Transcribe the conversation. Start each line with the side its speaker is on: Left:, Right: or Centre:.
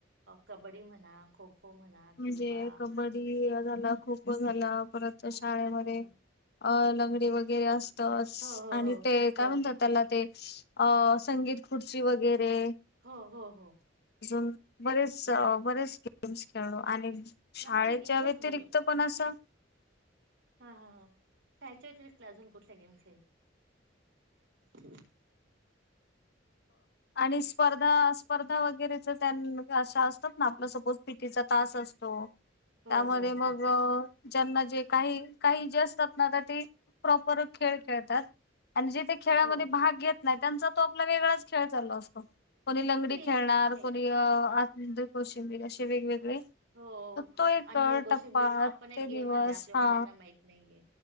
Right: कबड्डी म्हणा, खो-खो खो म्हणा
Left: म्हणजे
Right: किंवा
Left: कबड्डी झाला खो खो झाला, परत
Right: हा
Left: शाळेमध्ये
Right: हा हा हा
Left: अ लंगडी वगैरे असतच.
Right: हो हो
Left: आणि
Right: हो
Left: ते काय म्हणतात त्याला ते अ संगीत खुर्ची वगैरे,
Right: हो हो हो हो
Left: अजून बरेच बरेच गेम्स खेळलो. आणि शाळेच्या
Right: आपण हेच
Left: व्यतिरिक्त
Right: बोलू
Left: पण असं
Right: हा हा. शाळेच्या व्यतिरिक्त अजून कुठला गेम खेळल? <inaudible>
Left: आणि स्पर्धा स्पर्धा वगैरे ज अशा असतात ना आप सपोज पीटी तास असतो
Right: हो
Left: त्यामध्ये
Right: हो हो
Left: मग ज्यांना जे काही काही जास्त ना तर, ते प्रॉपर खेळ खेळतात आणि जेथे खेळामध्ये
Right: हो
Left: भाग घेत नाही, त्यांचा तो आपला वेगळाच खेळ चाल असतो. कोणी लंगडी
Right: ते
Left: खेळणार,
Right: ते काही
Left: कोणी आंदळी
Right: हा
Left: कोौशिंबीर, असे वेगवेगळे
Right: हो
Left: त तो एकर
Right: अंधाई कोशिंबीर
Left: टप्पा,
Right: हा पण एक
Left: ते दिवस
Right: गेम म्हणजे आपल्या
Left: हा
Right: मुलांना माहित नाहीये